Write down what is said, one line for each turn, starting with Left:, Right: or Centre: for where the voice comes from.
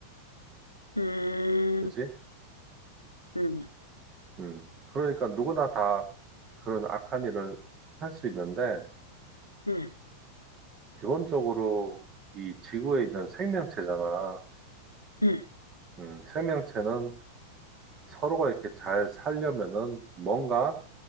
Left: 음,
Right: 그지?
Left: 응, 응,
Right: 음. 그러니까 누구나 다 그런 악한 일을 할 수 있는데,
Left: 응,
Right: 기본적으로 이 지구에 있는 생명체잖아.
Left: 응.
Right: 음, 생명체는 서로가 이렇게 잘 살려면은 뭔가